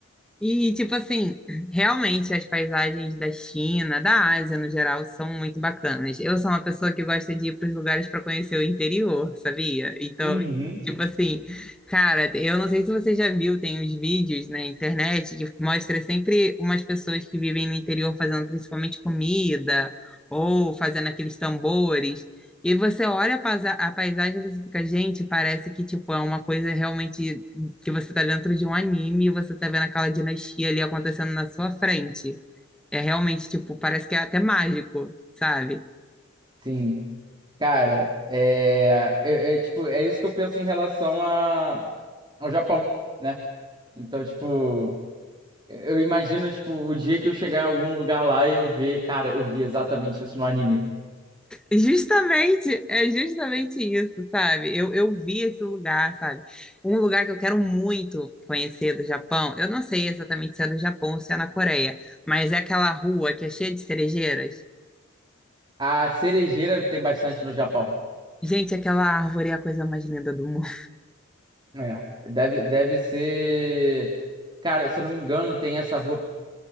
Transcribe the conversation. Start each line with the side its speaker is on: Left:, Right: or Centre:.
Centre: E, tipo assim, realmente as paisagens da China, da Ásia no geral, são muito bacanas. Eu sou uma pessoa que gosta de ir para os lugares para conhecer o interior, sabia? Então,
Right: Uhum.
Centre: tipo assim, cara, eu não sei se você já viu, tem os vídeos na internet que mostra sempre umas pessoas que vivem no interior fazendo principalmente comida ou fazendo aqueles tambores. E você olha a paisa- a paisagem e você fica, gente, parece que tipo é uma coisa realmente que você tá dentro de um anime e você tá vendo aquela dinastia ali acontecendo na sua frente. É realmente, tipo, parece que é até mágico, sabe?
Right: Sim. Cara, é, é, é, tipo, é isso que eu penso em relação a, ao Japão, né? Então, tipo, eu imagino, tipo, o dia que eu chegar em algum lugar lá e eu ver, cara, eu vi exatamente isso no anime.
Centre: Justamente, é justamente isso, sabe? Eu, eu vi esse lugar, sabe? Um lugar que eu quero muito conhecer do Japão. Eu não sei exatamente se é do Japão ou se é na Coreia, mas é aquela rua que é cheia de cerejeiras.
Right: A cerejeira tem bastante no Japão.
Centre: Gente, aquela
Right: Se-
Centre: árvore é a coisa mais linda do mundo.
Right: É, deve, deve ser. Cara, se eu não me engano, tem essa rua.